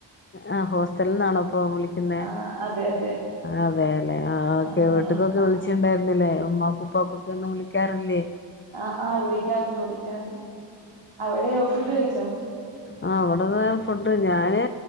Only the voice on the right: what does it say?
ആഹ് അതെ അതെ
ആഹ്
ആഹ്
ആ ആ വിളിക്കാറുണ്ട് വിളിക്കാറുണ്ട് അവിടെയോ ഫുഡ് കഴിച്ചോ?